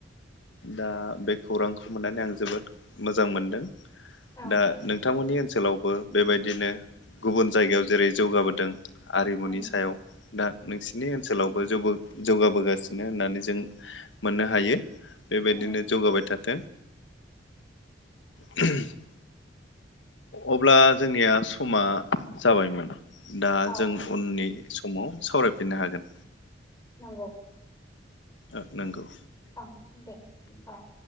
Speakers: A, on the left; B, on the left.
A: दा बे खौरांखौ मोननानै आं जोबोद मोजां मोनदों।
B: औ
A: दा नोंथांमोननि ओनसोल सोलावबो बेबायदिनो गुबुन जायगायाव जेरै जौगाबोदों। आरिमुनि
B: नंगौ
A: सायाव दा नोंसिनि ओनसोलावबो जौबो जौगाबोगासिनो नो होननानै जों मोननो हायो। बेबायदिनो
B: नंगौ
A: जौगाबाय थाथों। <unintelligible> अब्ला जोंनिया समा जाबायमोन। दा
B: औ
A: जों उननि स समाव सावरायफिननो हागोन।
B: नंगौ।
A: ओ नोंगौ।
B: अ दे अ ‌।